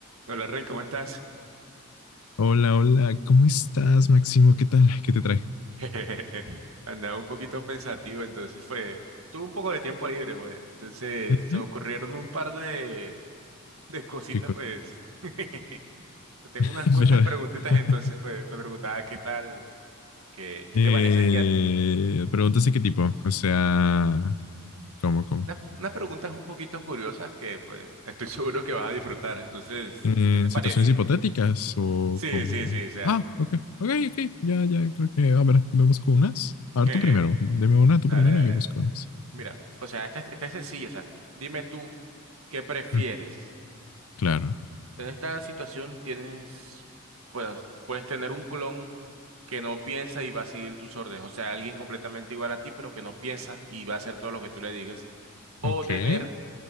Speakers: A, on the right; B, on the left.
A: Hola Rey, ¿cómo estás?
B: Hola, hola, ¿cómo estás, Máximo? ¿Qué tal? ¿Qué te trae?
A: <laughs> Andaba un poquito pensativo, entonces fue, tuve un poco de tiempo libre, pues, entonces
B: Ujú,
A: se me ocurrieron un par de, de cositas,
B: ¿Qué cosa?
A: pues, <laughs> tengo
B: <laughs>
A: unas cuantas
B: Pero,
A: preguntitas,
B: <laughs>
A: entonces fue, me preguntaba "Ah, qué tal, qué, qué
B: eh,
A: te parecería así.
B: preguntas de qué tipo, o sea, ¿cómo, cómo?
A: Unas, unas preguntas un poquito curiosas que, pues, estoy <laughs> seguro que vas a disfrutar, entonces,
B: ¿En
A: ¿qué te
B: situaciones
A: parece?
B: hipotéticas o
A: Sí,
B: cómo?
A: sí, sí, o sea,
B: Ah, ok, ok, ok, ya, ya, creo que, a ver, me busco unas. A
A: <laughs>
B: ver, tú primero, dime una tú
A: dale,
B: primero
A: dale, dale.
B: y yo busco unas.
A: Mira, o sea, esta, es- esta es sencilla, o sea, dime tú, ¿qué prefieres?
B: Mm, Claro,
A: En esta situación tienes, pues, puedes tener un clon que no piensa y va a seguir tus órdenes, o sea, alguien completamente igual a ti, pero que no piensa y va a hacer todo lo que tú le digas, o
B: ok,
A: tener,